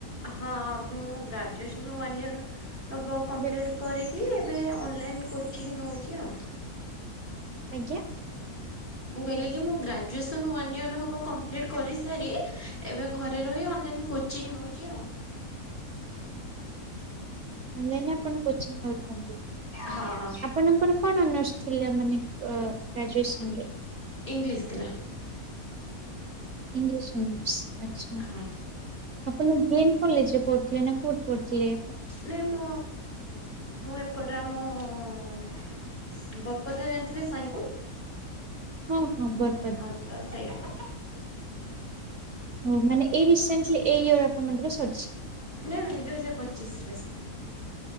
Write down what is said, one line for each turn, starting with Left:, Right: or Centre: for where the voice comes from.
Left: ହଁ ମୁଁ ଗ୍ରାଜୁଏସନ୍ ୱାନ୍ ଇୟର ତବ କମ୍ପ୍ଲିଟ୍
Right: ବେ-
Left: କରିକି ଏବେ ଅନଲାଇନ୍ କୋଚିଂ ନଉଚି ଆଉ।
Right: ଆଜ୍ଞା।
Left: ମୁଁ କହିଲି କି ମୁଁ ଗ୍ରାଜୁଏସନ୍ ୱାନ୍ ଇୟର ହେବ କମ୍ପ୍ଲିଟ୍ କରିସାରି ଏବେ ଘରେ ରହି ଅନଲାଇନ୍ କୋ ଚିଙ୍ଗ ନଉଚି ଆଉ।
Right: ଅନ ଲାଇନ ଆପଣ କୋଚିଙ୍ଗି ନଉଛନ୍ତି
Left: ହଁ
Right: ଆପଣଙ୍କର କଣ ଅନର୍ସ ଥିଲା ମାନେ ଗ୍ରାଜୁଏସନ ରେ?
Left: ଇଂଲିଶ ଥିଲା।
Right: ଇଂଗିଲିଶି ଅର୍ନସ ଆଛା।
Left: ହଁ
Right: ଆପଣ ବିଏନ୍ କଲେଜ ରେ ପଢୁଥିଲେ ନା କୋଠି ପଢ଼ିଥିଲେ।
Left: ନାଇଁ ମୁଁ ମୁଁ ଏପଟେ ଆମ ବରପଦା ଜାଣିଥିବେ ସାଇଙ୍କୁଳ।
Right: ହଁ ହଁ ବର୍
Left: ହଁ ତ ସେଇଠି ପଢୁ
Right: ହ ମାନେ ଏଇ ରିସେଣ୍ଟଲି ଏଇ ଇୟର ଆପଣଙ୍କର ସରିଛି।
Left: ନାଇଁ ନାଇଁ ଦୁଇ ହଜାର ପଚିଶ ରେ ସ